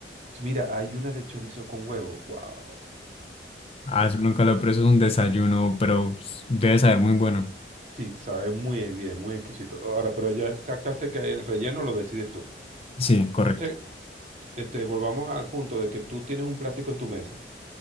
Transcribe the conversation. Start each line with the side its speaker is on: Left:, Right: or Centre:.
Right: Mira, hay una de chorizo con huevo. ¡Wow!
Left: Ah,
Right: Exquisito.
Left: eso nunca lo he preso, es un desayuno, pero pues, debe saber muy bueno.
Right: Sí, sabe muy bien, muy exquisito. Ahora, pero ya captaste que el relleno lo decides tú.
Left: Sí,
Right: Entonces,
Left: correcto.
Right: este, volvamos al punto de que tú tienes un plástico en tu mesa.